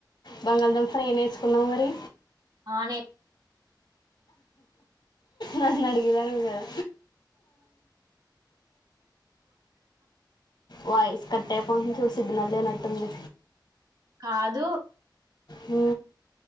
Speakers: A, on the left; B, on the right.
A: బంగాళదుంప ఫ్రై నేర్చుకున్నావ మరి
B: ఆ నేర్
A: నన్ను అడిగేదానివి గదా వాయిస్ కట్ అయిపోతుంది చూడు సిగ్నల్ లేనట్టుంది.
B: కాదు.
A: ఊ.